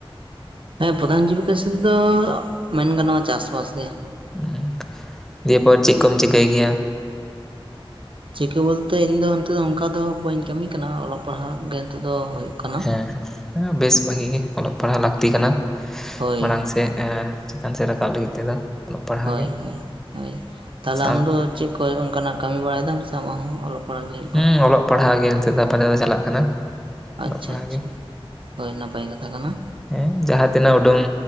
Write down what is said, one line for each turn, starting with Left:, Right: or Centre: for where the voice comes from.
Right: ᱦᱮᱸ ᱯᱨᱚᱫᱷᱟᱱ ᱡᱤᱵᱤᱠᱟ ᱦᱤᱥᱟᱹᱵᱽ ᱫᱚ ᱢᱮᱱ ᱜᱟᱱᱚᱟ ᱪᱟᱥ ᱵᱟᱥ ᱜᱮ
Centre: ᱩᱸ ᱫᱤᱭᱮ ᱯᱚᱨ ᱪᱮᱜ ᱠᱚᱢ ᱪᱤᱠᱟᱹᱭ ᱜᱮᱭᱟ?
Right: ᱪᱤᱠᱟᱹ ᱵᱚᱞᱛᱮ ᱤᱧ ᱫᱚ ᱱᱤᱛᱚ ᱫᱚ ᱚᱝᱠᱟ ᱫᱚ ᱵᱟᱹᱧ ᱠᱟᱹᱢᱤ ᱠᱟᱱᱟ ᱚᱞᱚᱜ ᱯᱟᱲᱦᱟᱜ ᱜᱮ ᱱᱮᱛᱚ ᱫᱚ ᱦᱩᱭᱩᱜ ᱠᱟᱱᱟ᱾
Centre: ᱦᱮᱸ ᱦᱮᱸ ᱵᱮᱥ ᱵᱷᱟᱜᱤ ᱜᱤ ᱚᱞᱚᱜ ᱯᱟᱲᱦᱟᱜ ᱞᱟᱠᱛᱤ ᱠᱟᱱᱟ
Right: ᱦᱳᱭ
Centre: ᱢᱟᱲᱟᱝ ᱥᱮᱜ ᱪᱮᱛᱟᱱ ᱥᱮᱫ ᱨᱟᱠᱟᱵᱽ ᱞᱟᱹᱜᱤᱫ ᱛᱮᱫᱚ ᱚᱞᱚᱜ ᱯᱟᱲᱦᱟᱜ
Right: ᱦᱳᱭ
Centre: ᱜᱮ
Right: ᱦᱳᱭ ᱦᱳᱭ ᱛᱟᱦᱞᱮ
Centre: ᱥᱟᱶᱛᱮ
Right: ᱟᱢᱫᱚ ᱪᱮᱫ ᱠᱚᱭ ᱚᱝᱠᱟᱱᱟᱜ ᱠᱟᱹᱢᱤ ᱵᱟᱲᱟᱭ ᱫᱟᱢ ᱥᱮ ᱟᱢᱟ ᱦᱚᱸ ᱚᱞᱚᱜ ᱯᱟᱲᱦᱟᱜ ᱜᱮ ᱦᱩᱭᱩᱜ
Centre: ᱦᱩᱸ
Right: ᱠᱟᱱᱟ
Centre: ᱚᱞᱚᱜ ᱯᱟᱲᱦᱟᱜ ᱜᱮ ᱱᱤᱛᱚᱜ ᱫᱚ ᱟᱯᱟ ᱛᱚᱛᱚ ᱪᱟᱞᱟᱜ ᱠᱟᱱᱟ ᱚᱞᱚᱜ
Right: ᱟᱪᱪᱷᱟ
Centre: ᱯᱟᱲᱦᱟᱣ
Right: ᱟᱪᱪᱷᱟ
Centre: ᱜᱮ
Right: ᱦᱳᱭ ᱱᱟᱯᱟᱭ ᱠᱟᱛᱷᱟ ᱠᱟᱱᱟ᱾
Centre: ᱦᱮᱸ ᱡᱟᱦᱟᱸ ᱛᱤᱱᱟᱹᱜ ᱩᱰᱩᱝ